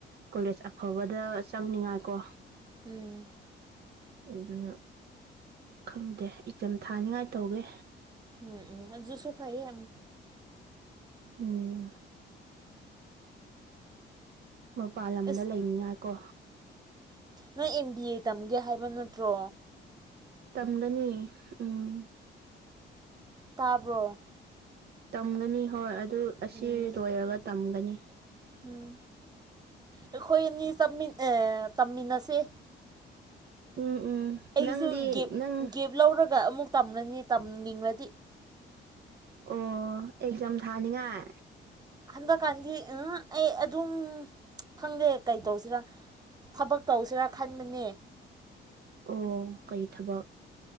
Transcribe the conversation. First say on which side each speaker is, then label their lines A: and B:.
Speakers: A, on the right (about 55°); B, on the right (about 20°).
A: ꯀꯣꯂꯦꯖ ꯑꯐꯕꯗ ꯆꯪꯅꯤꯡꯉꯥꯏꯀꯣ
B: ꯎꯝ
A: ꯑꯗꯨ ꯈꯪꯗꯦ ꯑꯦꯛꯖꯝ ꯊꯥꯅꯤꯉꯥꯏ ꯇꯧꯒꯦ
B: ꯎꯝ ꯎꯝ ꯑꯗꯨꯁꯨ ꯐꯩꯌꯦ ꯌꯥꯝ
A: ꯎꯝ ꯃꯄꯥꯟ ꯂꯝꯗ
B: ꯑꯁ
A: ꯂꯩꯅꯤꯉꯥꯏ ꯀꯣ
B: ꯅꯣꯏ ꯑꯦꯝ ꯕꯤ ꯑꯦ ꯇꯝꯒꯦ ꯍꯥꯏꯕ ꯅꯠꯇ꯭ꯔꯣ
A: ꯇꯝꯒꯅꯤ ꯎꯝ
B: ꯇꯥꯕ꯭ꯔꯣ
A: ꯇꯝꯒꯅꯤ ꯍꯣꯏ ꯑꯗꯨ ꯑꯁꯤ
B: ꯎꯝ
A: ꯂꯣꯏꯔꯒ ꯇꯝꯒꯅꯤ
B: ꯎꯝ ꯑꯩꯈꯣꯏ ꯑꯅꯤ ꯆꯪꯃꯤꯟ ꯑꯦ ꯇꯝꯃꯤꯟꯅꯁꯦ
A: ꯎꯝ ꯎꯝ
B: ꯑꯩꯒꯤꯁꯨ
A: ꯅꯪꯗꯤ
B: ꯒꯦꯞ
A: ꯅꯪ
B: ꯒꯦꯞ ꯂꯧꯔꯒ ꯑꯃꯨꯛ ꯇꯝꯂꯅꯤ ꯇꯝꯅꯤꯡꯔꯗꯤ
A: ꯑꯣ ꯑꯦꯛꯖꯥꯝ ꯊꯥꯅꯤꯡꯉꯥꯏ
B: ꯍꯟꯗꯛꯀꯥꯟꯗꯤ ꯎ ꯑꯩ ꯑꯗꯨꯝ ꯈꯪꯗꯦ ꯀꯩꯇꯧꯁꯤꯔꯥ ꯊꯕꯛ ꯇꯧꯁꯤꯔꯥ ꯈꯟꯕꯅꯦ
A: ꯑꯣ ꯀꯩ ꯊꯕꯛ